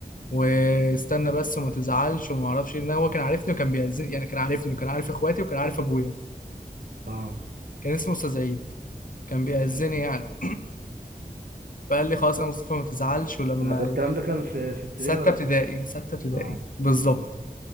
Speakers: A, on the left (about 60°); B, on the right (about 70°).
A: واستنى بس وما تزعلش وما اعرفش ايه إن هو كان عارفني وكان بيأذني يعني كان عارفني وكان عارف اخواتي وكان عارف ابويا
B: اه
A: كان اسمه استاذ عيد كان بيأذني
B: مم.
A: يعني فقال لي خلاص يا مصطفى ما تزعلش ولما
B: آه، الكلام ده كان في في ابتدائي
A: ستة
B: ولا
A: ابتدائي
B: كان في إعدادي؟
A: ستة ابتدائي
B: اه
A: بالظبط
B: مم.